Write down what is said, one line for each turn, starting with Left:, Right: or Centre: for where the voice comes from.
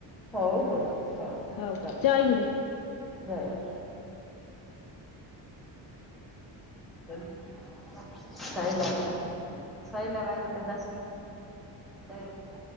Centre: ହଉ ହଉ ହଉ।
Left: ହଉ
Centre: ରଖ
Left: ଜୟ ଗୁରୁ।
Centre: ଜୟ ଗୁରୁ। <unintelligible> ସାଇ ଲାଗେ। ସଇଲା ବାହ ଘରଟା ଦଶ ମିନିଟ। <unintelligible>